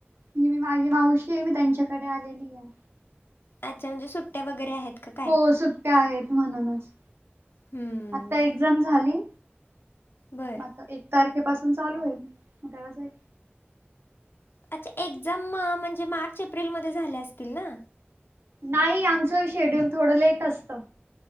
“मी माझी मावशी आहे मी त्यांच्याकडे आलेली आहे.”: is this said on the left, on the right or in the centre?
Right